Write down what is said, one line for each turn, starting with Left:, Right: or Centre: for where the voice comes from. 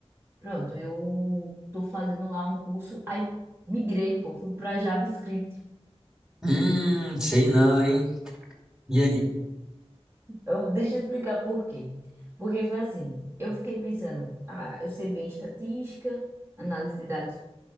Right: Pronto, eu tô fazendo lá um curso, aí migrei, pô, fui para JavaScript.
Centre: Hum, sei não, hein? E aí?
Right: Eu, deixa eu explicar por quê. Porque foi assim, eu fiquei pensando, ah, eu sei bem estatística, análise de dados